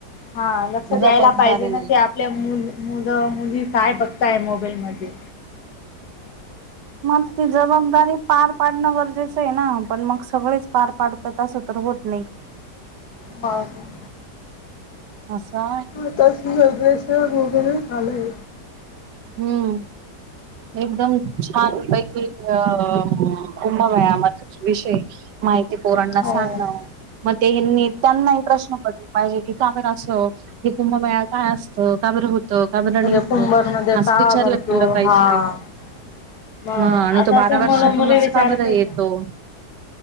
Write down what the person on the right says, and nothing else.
जबाबदारी
मग ती जबाबदारी पार पाड णं गरजेचं आहे ना पण मग सगळेच पार पाडतात असं तर होत नाही
असा
हम्म एकदम छान पैकी अ कुंभमेळ्यामधला विषय माहिती पोरांना
सांगण मग ते त्यांनाही प्रश्न पडले पाहिजे. की का बरं असं की कुंभमेळा काय असतं? का बरं होतं? का बरं
नाही
होत?
विचारलं
केलं पाहिजे.
ह आणि
तो बारा वर्षातूनच
का बरं
येतो?